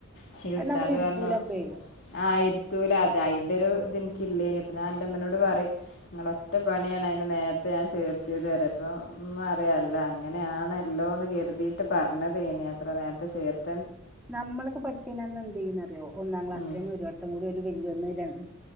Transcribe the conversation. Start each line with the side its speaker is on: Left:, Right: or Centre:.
Left: ക്ഷേ
Centre: അത്
Left: ഉസ്താദ്
Centre: നമ്മൾ ഇരുത്തൂലപ്പേ
Left: പറഞ്ഞു ആ ഇരുത്തം ത്തൂല അതെ അതിന്റെ ഒരു ഇതെനിക്കില്ലേ ഇനിപ്പ ഞാ എന്റെ അമ്മനോട് പറയും നിങ്ങളൊറ്റ പണിയാണ് അതിന് നേര ഞാൻ ചേർത്തിത് തരെപ്പം അല്ല അങ്ങനെ ആണല്ലോ അങ്ങനെയാണല്ലോ എന്ന് കറി വീട്ട് പറഞ്ഞത് ഇനി അത്ര നേരത്തെ ചേർത്ത്
Centre: നമ്മളൊക്ക് പഠിച്ചുനാന്നന്ന് എന്ത് ചെയ്യുന്ന അറിയോ ഒന്നാം ക്ലാസ്സൽ
Left: ഉം
Centre: തന്നെ ഒരു വട്ടംകൂടി വല്ന്ന് രണ്ട്